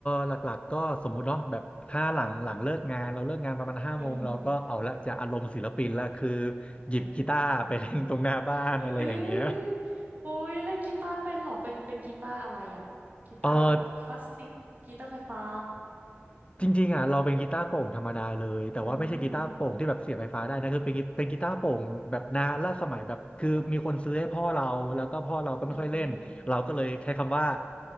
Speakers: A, on the left; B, on the right.
A: หลักๆก็สมมุติเนาะแบบถ้าหลังหลังเลิกงานเราเลิกงานประมาณห้าโมงเราก็เอาละจะอารมณ์ศิลปินละคือ
B: อืม
A: หยิบกีตาร์ไปเล่นตรงหน้าบ้านอะไรอย่างเงี้ย
B: เอออุ้ยอุ้ยเล่นกีตาร์เป็นเหรอเป็นเป็นกีตาร์อะไรอ่ะกีตาร์แบบคลาสสิกกีตาร์ไฟฟ้า
A: <laughs> เออ จริงๆอ่ะเราเป็นกีตาร์โปร่งธรรมดาเลยแต่ว่าไม่ใช่กีตาร์โปร่งที่แบบเสียบไฟฟ้าได้นะคือเป็นกีเป็นกีตาร์โปร่งแบบนานล่าสมัยแบบคือมีคนซื้อให้พ่อเราแล้วก็พ่อเราก็ไม่ค่อยเล่นเราก็เลยใช้คำว่า
B: อืมอืม